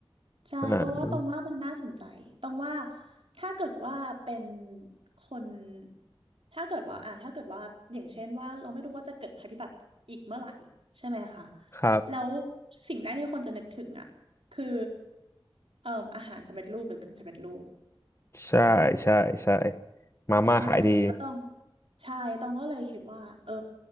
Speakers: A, on the right; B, on the left.
A: ใช่เพราะว่าตองว่ามันน่าสนใจตองว่า
B: อ่า
A: ถ้าเกิดว่าเป็นคนถ้าเกิดว่าอ่าถ้าเกิดว่าอย่างเช่นว่าเราไม่รู้ว่าจะเกิดภัยพิบัติอีกเมื่อไหร่ใช่ไหมคะ
B: ครับ
A: แล้วสิ่งแรกที่คนจะนึกถึงอ่ะคือเอ่ออาหารสำเร็จรูปหรือกึ่งสำเร็จรูป
B: ใช่ใช่ใช่มาม่าขายดี
A: ใช่แล้วต้องใช่ต้องก็เลยคิดว่าเออ